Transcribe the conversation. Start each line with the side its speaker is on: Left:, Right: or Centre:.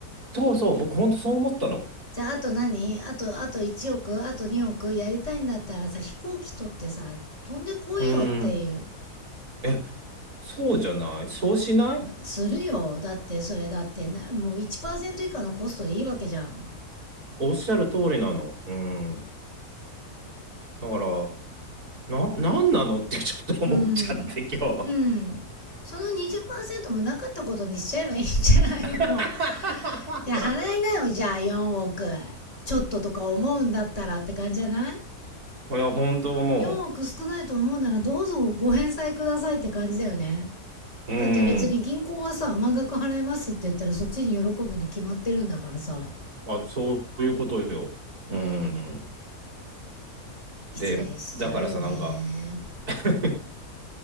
Right: そうそう、僕ほんとそう思ったの。
Left: じゃああと何あとあと1億あと2億やりたいんだったらさ飛行機取ってさ飛んでこいよっていう
Right: うーん。え、そうじゃないそうしない
Left: するよだってそれだってなもう1%以下のコストでいいわけじゃん
Right: おっしゃる通りなの。うん。だから、な、なんなの <laughs> ってちょっと思っちゃって今日。
Left: うんうんその20%もなかったことにしちゃえばいいんじゃないのもう
Right: <laughs>
Left: いや払いなよじゃあ4億ちょっととか思うんだったらって感じじゃない
Right: いや、本当も
Left: 4億少ないと思うならどうぞご返済くださいって感じだよね
Right: う、うーん。
Left: だって別に銀行はさ満額払いますって言ったらそっちに喜ぶに決まってるんだからさ
Right: あ、そういうことよ。
Left: うん
Right: うん。
Left: 失礼しちゃうよね
Right: で、だからさ、なんか <laughs>